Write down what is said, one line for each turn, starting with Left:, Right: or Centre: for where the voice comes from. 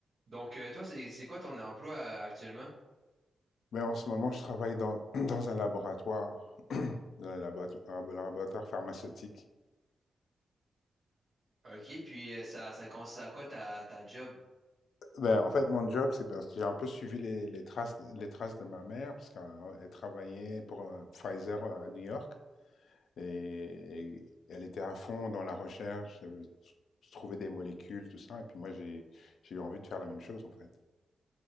Right: Donc, euh, toi, c'est c'est quoi ton emploi euh, actuellement?
Left: Ben, en ce moment, je travaille dans, <clears throat> dans un laboratoire, <clears throat> dans un laborato- un laboratoire pharmaceutique.
Right: OK, puis euh, ça, ça consiste à quoi ta, ta job?
Left: Ben, en fait, mon job, c'est parce que j'ai un peu suivi les, les traces, les traces de ma mère, parce qu'elle travaillait pour euh, Pfizer euh, à New York, et, et elle était à fond dans la recherche, euh, trouver des molécules, tout ça, et puis moi, j'ai, j'ai eu envie de faire la même chose, en fait.